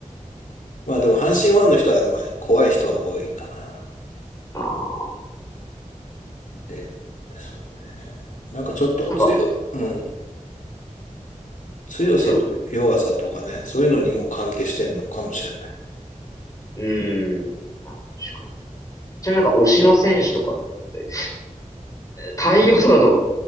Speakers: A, on the left; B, on the left.
A: まあでも阪神ファンの人は、まあ怖い人は多いかな。
B: ああ、
A: で、そうね。なんかちょっと強い、
B: なんか、
A: うん。強さと弱さとかね、
B: 強く。
A: そういうのにも関係してるのかもしれない。
B: うーん。あ確かに。ちなみになんか、推しの選手とかって、太陽とかだと、